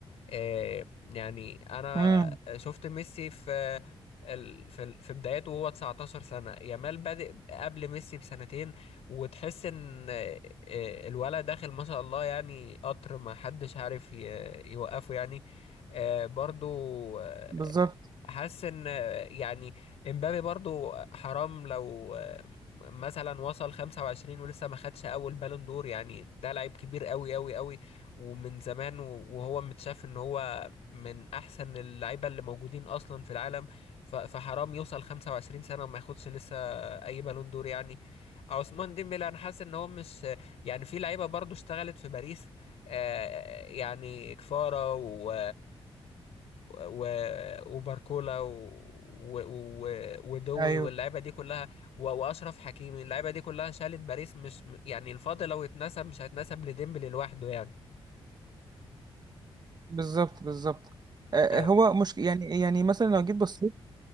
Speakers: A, on the left; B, on the right.
A: آه، يعني انا
B: امم
A: شفت ميسي في ال- في ال- في بداياته وهو 19 سنة يامال بادئ قبل ميسي بسنتين وتحس ان آه، آه، الولد داخل ما شاء الله يعني قطر ما حدش عارف ي- يوقفه يعني آه، برضو آه،
B: بالظبط
A: حاسس ان آه، يعني امبابي برضو حرام لو آه، مثلا وصل 25 ولسه ما خدش اول بالون دور يعني ده لعيب كبير قوي قوي قوي ومن زمان و- وهو متشاف ان هو من احسن اللعيبه اللي موجودين اصلا في العالم ف- فحرام يوصل 25 سنه وما ياخدش لسه اي بالون دور يعني عثمان ديمبلي انا حاسس ان هو مش يعني في لعيبه برضو اشتغلت في باريس آه، يعني كفارة و... و... وباركولا و... و... و... ودوي
B: ايوه
A: واللعيبه دي كلها و... واشرف حكيمي اللعيبه دي كلها شالت باريس مش يعني الفضل لو اتنسب مش هيتنسب لديمبلي لوحده يعني
B: بالظبط بالظبط آه،
A: آه
B: آه، هو مش يعني يعني مثلا لو جيت بصيت